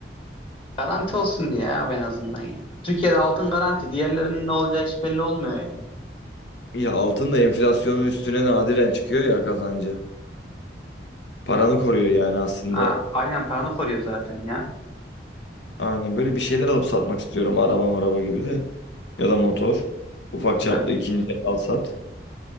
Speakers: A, on the left (about 30°); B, on the left (about 85°).
A: Garanti olsun diye abi en azından yani. Türkiye'de altın garanti. Diğerlerinin ne olacağı hiç belli olmuyor yani.
B: Ya altın da enflasyonun üstüne nadiren çıkıyor ya kazancı. Paranı koruyor yani aslında.
A: Ha, aynen paranı koruyor zaten ya.
B: Aynen böyle bir şeyler alıp satmak istiyorum. Araba maraba gibi de. Ya da motor. Ufak
A: Abi,
B: çaplı ikinci el al sat.